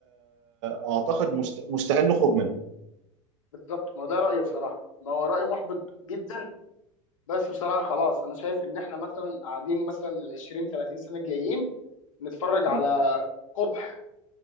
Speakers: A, on the right; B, on the left.
A: واعتقد مست... مستحيل نخرج منها
B: بالظبط ما هو ده رأيي بصراحة ما هو رأي محبط جدا بس بصراحة خلاص أنا شايف إن إحنا مثلا قاعدين مثلا ال 20 30 سنة الجايين نتفرج على
A: مم.
B: قبح